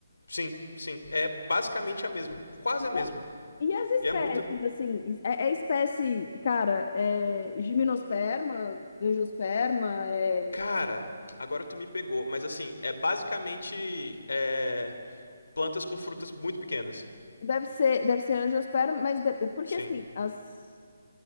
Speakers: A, on the left (about 70°); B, on the left (about 50°).
A: Sim, sim. É basicamente a mesma. Quase
B: E,
A: a mesma.
B: a- e as
A: E
B: espécies,
A: é muito.
B: assim, é, é espécie, cara, é gimnosperma, angiosperma, é,
A: Cara, agora tu me pegou. Mas assim, é basicamente é, plantas com frutas muito pequenas.
B: deve ser, deve ser angiosperma, mas deve- porque
A: Sim.
B: assim, as